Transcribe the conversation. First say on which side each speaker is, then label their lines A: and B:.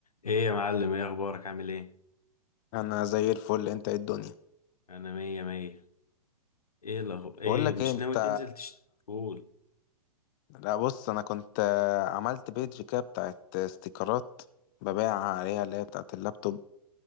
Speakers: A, on the left (about 80°); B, on the left (about 35°).
A: ايه يا معلم ايه اخبارك عامل ايه
B: انا زي الفل انت ايه الدنيا
A: انا مية مية ايه لغو... ايه
B: بقول لك
A: مش
B: ايه انت
A: ناوي تنزل تشتغل
B: لا بص انا كنت آه، عملت بيج كده بتاعت استيكرات ببيع عليها اللي هي بتاعت اللابتوب